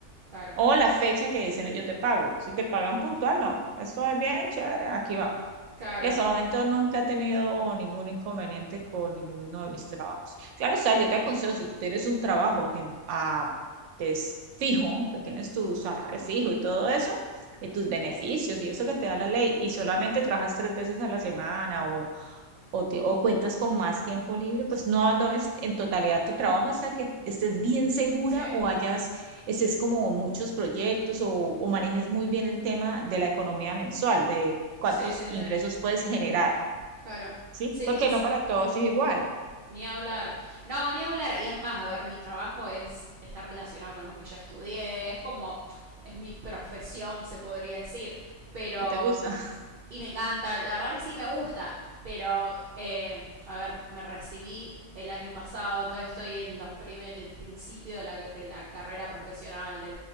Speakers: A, on the right; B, on the right.
A: claro,
B: o la fecha que dicen ellos de pago. Si te pagan puntual, no. Esto es bien chévere, aquí va.
A: claro.
B: Y hasta el momento nunca he tenido ningún inconveniente con ninguno de mis trabajos. Claro, o sea, yo te aconsejo, si tú tienes un trabajo a tiemp- a- que es fijo, que tienes tu salario fijo y todo eso, y tus beneficios y eso que te da la ley, y solamente trabajas tres veces a la semana o o, te, o cuentas con más tiempo libre, pues no abandones en totalidad tu trabajo hasta que estés bien segura
A: Sí,
B: o hayas, estés como muchos proyectos o, o manejes muy bien el tema de la economía mensual, de cuántos
A: sí, sí,
B: ingresos
A: sí.
B: puedes generar,
A: Claro.
B: ¿sí?
A: Sí,
B: Porque
A: sí.
B: no para todos es igual.
A: Ni hablar. No, ni hablar. Y es más, a ver, mi trabajo es, está relacionado con lo que yo estudié. Es como, es mi profesión, se podría decir. Pero,
B: ¿Qué te gusta?
A: mm,
B: <laughs>
A: y me encanta. La verdad que sí, me gusta. Pero, eh, a ver, me recibí el año pasado, entonces estoy en los primer, el principio de la, de la carrera profesional. De,